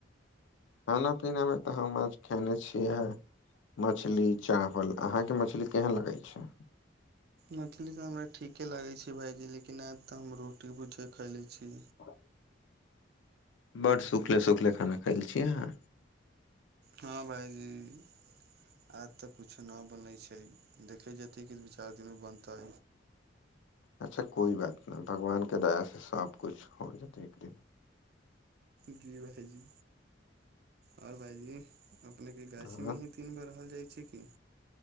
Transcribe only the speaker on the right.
मछली तऽ हमरा ठीके लागै छै भायजी, लेकिन आय ते हम रो टी भुजिया खाएलै छी।
हाँ भायजी आय ते किछो ने बनै छै देखै जेतै कि दू-चार दिन मे बनतै।
जी भायजी और भायजी अपने के गाछी
में ही दीन भर रहल जाय छै की।